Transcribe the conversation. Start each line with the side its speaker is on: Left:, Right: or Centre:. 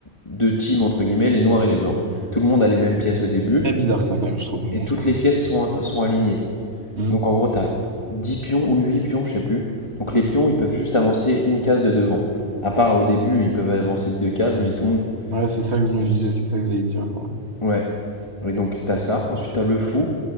Left: deux teams entre guillemets, les noirs et les blancs. Tout le monde a les mêmes pièces au début
Right: Très bizarre, ça, quand même, je trouve, mais
Left: et
Right: bon,
Left: toutes
Right: c'est pas grave.
Left: les pièces sont, sont alignées.
Right: Mhm.
Left: Donc en gros, t'as 10 pions ou 8 pions, je sais plus. Donc les pions, ils peuvent juste avancer une case de devant. À part au début, ils peuvent avancer de deux cases, mais tout le monde.
Right: Ouais, c'est ça que
Left: C'est
Right: je me
Left: juste.
Right: disais, c'est ça que j'allais dire. genre.
Left: Ouais. Et donc t'as ça. Ensuite, t'as le fou.